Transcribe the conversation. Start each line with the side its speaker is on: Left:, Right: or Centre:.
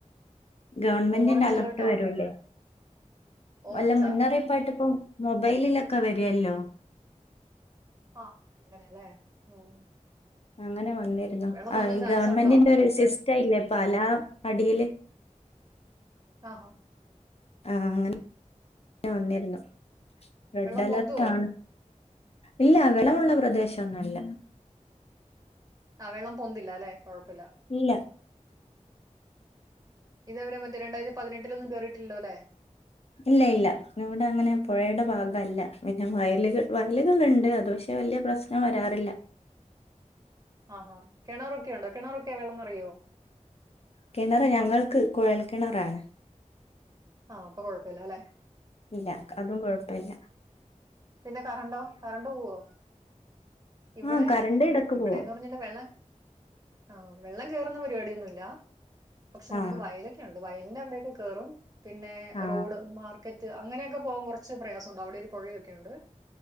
Left: ഗവൺമെന്റിന്റെ
Right: ഓറഞ്ച്
Left: അലർട്ട്
Right: അലേർട്ടാ
Left: വരൂല്ലേ?
Right: ഓറഞ്ചാ
Left: വല്ല മുന്നറിയിപ്പായിട്ട് ഇപ്പൊ മൊബൈലിലൊക്കെ വരുവല്ലോ.
Right: ആഹ് അങ്ങനേല്ലേ ഉം.
Left: അങ്ങനെ വന്നിരുന്നു
Right: വെള്ളം
Left: ആ
Right: പൊന്താൻ
Left: ഈ
Right: ചാൻസ്
Left: ഗവണ്മെന്റിന്റെ
Right: ഉണ്ടോ
Left: ഒരു
Right: വെ
Left: സിസ്റ്റയില്ലേ പല അടിയില്.
Right: ആ ഹാ.
Left: ആഹാ അങ്ങനെ വന്നിരുന്നു. റെഡ്
Right: വെള്ളം
Left: അലർട്ടാണ്
Right: പൊന്തുവോ?
Left: ഇല്ല വെലമൊള്ള പ്രദേശൊന്നല്ല.
Right: ആ വെള്ളം പൊന്തില്ലാല്ലെ കൊഴപ്പില്ല.
Left: ഇല്ല.
Right: ഇതേ വരെ മറ്റേ രണ്ടായിരത്തി പതിനെട്ടിലൊന്നും കേറിയിട്ടില്ലല്ലോല്ലേ?
Left: ഇല്ല ഇല്ല ഇവിടെ അങ്ങനെ പുഴയുടെ ഭാഗല്ല പിന്നെ വയലുകൾ വയലുകളുണ്ട് അത് പക്ഷെ വലിയ പ്രശ് വരാറില്ല.
Right: ആഹ് ആഹ് കിണറൊക്കെ ഉണ്ടോ കിണറൊക്കെ വെള്ളം നിറയോ?
Left: കിണറ് ഞങ്ങൾക്ക് കുഴൽ കിണറാണ്.
Right: ആഹ് അപ്പൊ കൊഴപ്പില്ലലേ.
Left: ഇല്ല അതും കൊഴപ്പില്ല.
Right: പിന്നെ കറണ്ടോ കറണ്ട് പോവോ? ഇവിടെ
Left: ആ കറണ്ട് ഇടക്ക്
Right: ഇവിടെന്ന്
Left: പോവും
Right: പറ <unintelligible> വെള്ളം ആഹ് വെള്ളം കേറുന്ന പരിപാടിയൊന്നും ഇല്ല പക്ഷെ നമ്മുക്ക്
Left: ആ
Right: വയ ലൊക്കെണ്ട് വയലിന്റെ അവിടൊക്കെ കേറും പിന്നെ
Left: ആ
Right: റോഡ് മാർ ക്കറ്റ് അങ്ങനെയൊക്കെ പോകാൻ കുറച്ച് പ്രയാസം ഉണ്ട് അവിടെ ഒരു പുഴയൊക്കെ ഉണ്ട്